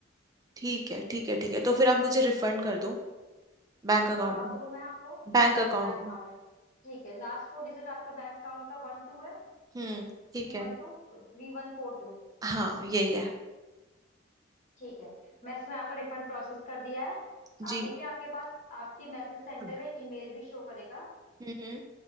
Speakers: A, on the right (about 20°); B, on the left (about 40°).
A: ठीक है ठीक है ठीक है तो फिर आप मुझे रिफंड कर दो बैंक अकाउंट
B: कहाँ
A: में
B: करूँ मैं आपको
A: बैंक अकाउंट
B: बैंक
A: में
B: अकाउंट में ठीक है लास्ट फोर डिजिट आपका बैंक अकाउंट का वन टू है
A: हम्म
B: three
A: ठीक है
B: one two three one four two
A: हाँ यही है
B: ठीक है मैं इसमें आपका रिफंड प्रोसेस कर दिया है
A: जी
B: आप देखिए आपके पास आपके मैसेज सेंटर
A: हम्म।
B: में ईमेल भी शो करेगा
A: हम्म